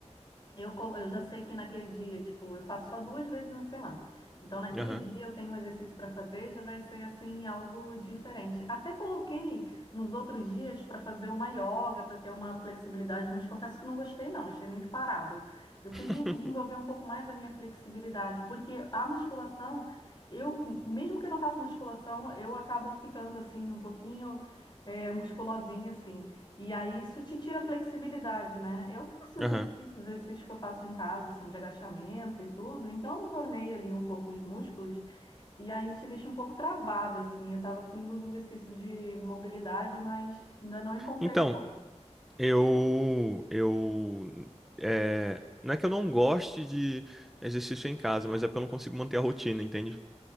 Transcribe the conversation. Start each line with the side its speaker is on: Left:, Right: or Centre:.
Left: eu, colo- eu já sei que naquele dia, tipo, eu faço só duas vezes na semana. Então, naquele
Centre: aham.
Left: dia eu tenho um exercício para fazer, já vai ser assim algo diferente. Até coloquei nos outros dias para fazer uma yoga, para ter uma flexibilidade, mas confesso que não gostei não, achei muito parado. Eu queria
Centre: <laughs>
Left: desenvolver um pouco mais a minha flexibilidade, porque a musculação, eu, mesmo que eu não faça musculação, eu acabo ficando assim um pouquinho eh, musculosinha assim. E aí isso te tira a flexibilidade, né? Eu faço exercícios,
Centre: Aham.
Left: os exercícios que eu faço em casa são de agachamento e tudo, então eu tornei ali um pouco os músculos e aí te deixa um pouco travada, assim. Eu tava afim de uns exercícios de mobilidade, mas ainda não encontrei
Centre: Então,
Left: o ponto.
Centre: eu, eu, é, não é que eu não goste de exercício em casa, mas é porque eu não consigo manter a rotina, entende?